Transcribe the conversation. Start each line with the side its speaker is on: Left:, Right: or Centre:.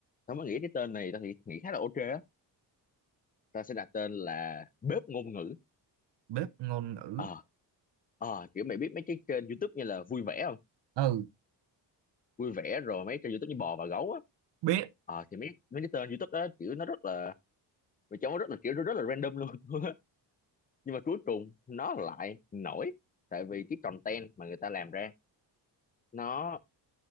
Left: tao mới nghĩ cái tên này tao thì nghĩ khá là ok á ta sẽ đặt tên là bếp ngôn ngữ
Right: bếp ngôn ngữ
Left: ờ ờ kiểu mày biết mấy cái kênh YouTube như là vui vẻ không
Right: ừ
Left: vui vẻ rồi mấy kênh YouTube như bò và gấu á
Right: biết
Left: ờ thì mấy mấy cái tên YouTube đó kiểu nó rất là mày cho nó rất là kiểu nó rất là random luôn <laughs> nhưng mà cuối cùng nó lại nổi tại vì cái content mà người ta làm ra nó